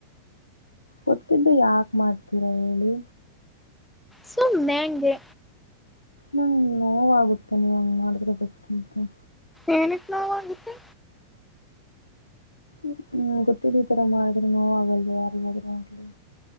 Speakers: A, on the left (about 80°); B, in the centre.
A: ಗೊತ್ತಿದ್ದು ಯಾಕೆ ಮಾಡ್ತೀರಾ ಹೇಳಿ
B: ಸುಮ್ಮನೆಗೆ
A: ನಂಗ ನೋವಾಗುತ್ತೆ ನೀವು ಹಂಗ್ ಮಾಡಿದ್ರೆ ಗೊತ್ತಂತ
B: ಏನಕ್ಕೆ ನಾವಗತ್ತು
A: ್ಮ ಹ್ಮ್ ಗೊತ್ತಿದ್ದ್ ಈ ತರ ಮಾಡ್ರೆ ನೋ ಆಗಲ್ವ ಯಾರಾದ್ೂ ನೋಡ್ಲಿ